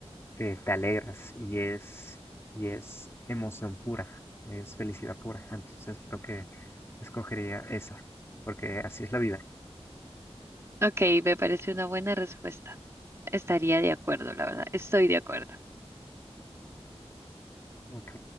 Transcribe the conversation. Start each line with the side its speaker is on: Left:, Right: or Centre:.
Left: te, te alegras y es, y es emoción pura, es felicidad pura. Entonces creo que escogería esa, porque así es la vida.
Right: Ok, me parece una buena respuesta. Estaría de acuerdo, la verdad. Estoy de acuerdo.
Left: Ok,